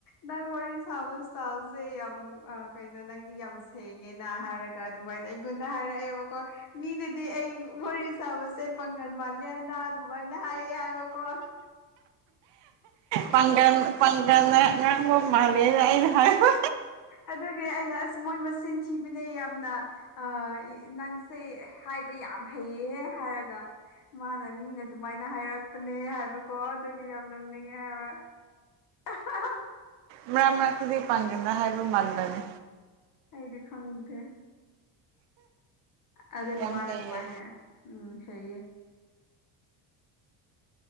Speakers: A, on the left; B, on the right.
A: ꯅꯪ ꯋꯥꯔꯤ ꯁꯥꯕ ꯏꯁꯇꯥꯜꯁꯦ ꯌꯥꯝ ꯀꯩꯅꯣ ꯅꯪꯗꯤ ꯌꯥꯝ ꯁꯦꯡꯉꯦꯅ ꯍꯥꯏꯔꯒ ꯑꯗꯨꯃꯥꯏꯅ ꯑꯩꯉꯣꯟꯗ ꯍꯥꯏꯔꯛꯑꯦꯕꯀꯣ ꯃꯤꯅꯗꯤ ꯑꯩ ꯋꯥꯔꯤ ꯁꯥꯕꯁꯦ ꯄꯪꯒꯟ ꯃꯥꯜꯂꯦ ꯍꯥꯏꯅ ꯑꯗꯨꯃꯥꯏꯅ ꯍꯥꯏꯌꯦ ꯍꯥꯏꯕꯀꯣ
B: ꯄꯒ
A: ꯑꯗꯨꯒꯤ
B: ꯄꯒꯅ ꯉꯥꯡꯕ ꯃꯥꯂ ꯑꯩꯅ ꯍꯥꯏꯕ
A: ꯑꯗꯨꯒꯤ ꯑꯩꯅ ꯑꯁ ꯃꯣꯏ ꯃꯤꯆꯤꯟ ꯊꯤꯕꯅꯦ ꯌꯥꯝꯅ ꯑ ꯅꯪꯁꯦ ꯍꯥꯏꯕ ꯌꯥꯝ ꯍꯩꯌꯦ ꯍꯥꯏꯔꯒ ꯃꯥꯅ ꯃꯤꯅ ꯑꯗꯨꯃꯥꯏꯅ ꯍꯥꯏꯔꯛꯄꯅꯦ ꯍꯥꯏꯕꯀꯣ ꯑꯗꯨꯒꯤ ꯌꯥꯝ ꯅꫭꯛꯅꯤꯡꯉꯦ ꯍꯥꯏꯕ ꯑꯍꯥꯍꯥ
B: ꯃ꯭ꯔꯛ ꯃꯔꯛꯇꯗꯤ ꯄꯥꯡꯒꯜꯅ ꯍꯥꯏꯕ ꯃꯥꯟꯕꯅꯤ
A: ꯑꯩꯗꯤ ꯈꯪꯗꯦ ꯑꯗꯨꯒ
B: ꯌꯥꯝ
A: ꯃꯥꯅ
B: ꯍꯩꯌꯦ
A: ꯑꯗꯨꯃꯥꯏꯅ ꯎꯝ ꯁꯩꯌꯦ